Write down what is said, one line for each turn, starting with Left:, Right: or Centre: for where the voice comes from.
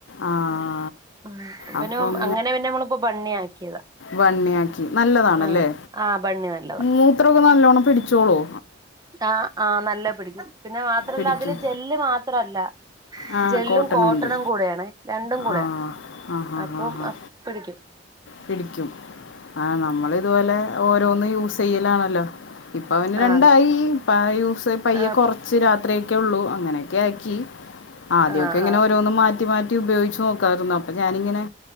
Left: ആ
Right: ആ ഇവനും
Left: അപ്പം
Right: അങ്ങനെ പിന്നെ അമ്മളിപ്പോ ബണ്ണി ആക്കിയതാ
Left: വണ്ണിയാക്കി നല്ലതാണല്ലേ
Right: ആ ആ ബണ്ണി നല്ലതാ
Left: മൂത്രോക്കെ നല്ലോണ്ണം പിടിച്ചോളോ
Right: ആ ആ നല്ല പിടിക്കും പിന്നെ മാത്രല്ല
Left: പിടിക്കും
Right: അതില് ജെല്ല് മാത്രല്ല.
Left: ആ
Right: ജെല്ലും
Left: കോട്ടനുണ്ട്
Right: കോട്ടണും കൂടെയാണേ രണ്ടും കൂടെയാ
Left: ആ ആ ഹാ
Right: അപ്പം
Left: ഹാ ഹാ
Right: പിടിക്കും.
Left: പിടിക്കും ആ നമ്മളിതുപോലെ ഓരോന്ന് യൂസ് ചെയ്യലാണല്ലോ ഇപ്പ അവന്
Right: ആ
Left: രണ്ടായി
Right: അതെ
Left: പ യൂസ് പയ്യെ
Right: ആ
Left: കൊറച്ച് രാത്രിയൊക്കെള്ളു അങ്ങനൊക്കെ ആക്കി ആദ്യൊക്കെ
Right: ആ ആ
Left: ഇങ്ങനെ ഓരോന്നും മാറ്റി മാറ്റി ഉപയോഗിച്ച് നോക്കാരുന്നു. അപ്പൊ ഞാനിങ്ങനെ